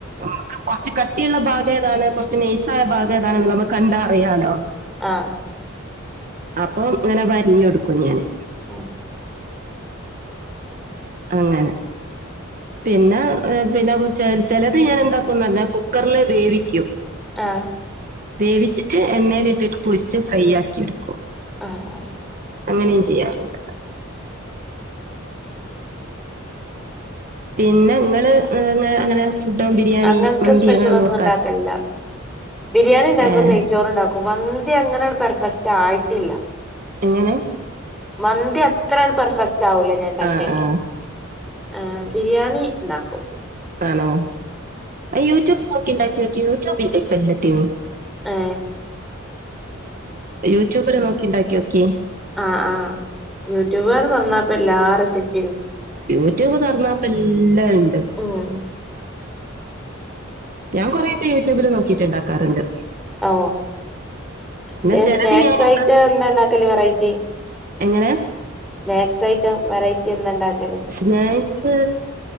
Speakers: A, on the right; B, in the centre.
A: നമക്ക് കൊറച് കട്ടിയുള്ള ഭാഗേതാണ് കുറച്ച് നെയ്സായ ഭാഗേതാണ് നമ്മക്ക് കണ്ടാറിയാലോ
B: ആഹ
A: അപ്പൊ അങ്ങനെ വർഞ്ഞാെടുക്കും ഞാന്
B: ഉ
A: അങ്ങനെ പിന്നെ പിന്നെ ചെല ചിലത് ഞാൻ എന്താക്കുംന്നർഞ്ഞാ കുക്കറില് വേവിക്കും
B: ആഹ്
A: വേവിച്ചിട്ട് എണ്ണേൽ ഇട്ടിട്ട് പൊരിച്ച് ഫ്രൈ ആക്കി എടുക്കും
B: ആഹ ആഹ
A: അങ്ങനിം ചെയ്യാറ്ണ്ട് പിന്നെ ഇങ്ങള് അഅ് അ അങ്ങനെ ഫുഡ് ബിരിയാണി
B: അങ്ങൻ ത്തെ
A: മന്തി
B: സ്പെഷ്യൽ
A: അങ്ങനെ
B: ഒന്നും
A: വെക്കാറ്
B: ഇണ്ടാക്കല്‌ല്ല ബിരിയാണി ഇണ്ടാക്കും
A: ഏഹ്
B: നെയ്ച്ചോറ്ണ്ടാക്കും ക്കും മന്തി അങ്ങനെൺ പെർഫെക്റ്റ് ആയിട്ടില്ല
A: എങ്ങനെ
B: മന്തി അത്രങ് പെർഫെക്റ്റ് ആവൂല ഞാൻ ഇണ്ടാക്ക്യാല്
A: ആ ആ
B: ആ ബിരിയാണി ഇണ്ടാക്കും
A: ആണോ അയൂട്യൂബ് നോക്കിണ്ടാക്ക്യോക്കി യൂട്യൂബില്ലേ ഇപ്പ എലത്തിനും
B: ഏ
A: യൂട്യൂബില് നോക്കിണ്ടാക്ക്യോക്കിം
B: ആ ആ് യൂട്യൂബാണ് തൊറന്നാപ്പേ എല്ലാ റെസിപ്പ
A: യൂടൂബ് തൊർന്നാപ്പേ എല്ലാം ഇണ്ട്
B: ഉം
A: ഞാൻ കൊറെക്കെ യൂട്യൂബില് നോക്കീട്ട്ണ്ടാക്കാറ്ണ്ട്
B: ഓ പിന്നെ
A: ചിലത്
B: സ്നാക്സായിട്ട്
A: ഞാൻ
B: എന്താ ഇണ്ടാക്കല് വെറൈറ്റി
A: എങ്ങനെ
B: സ്നാക്സ് ഐറ്റം വെറൈറ്റി എന്താണ്ടാക്ക്-
A: സ്നാക്സ്